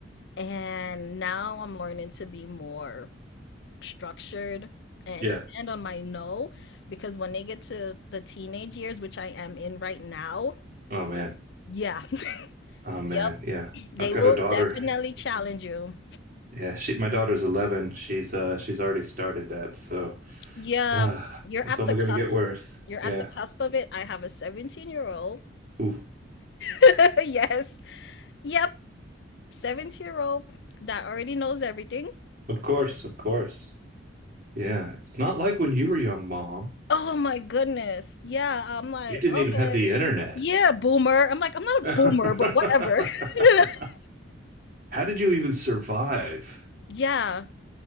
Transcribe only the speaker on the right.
Yeah.
Oh man.
Oh man.
Yeah.
I've got
a daughter.
Yeah, she my daughter's 11. She's uh she's already started that, so
Ah,
it's
only
going to get worse.
Yeah.
Ooh,
of course, of course. Yeah. It's not like when you were young, Mom.
You didn't
even have the internet.
<laughs>
How
did you even survive?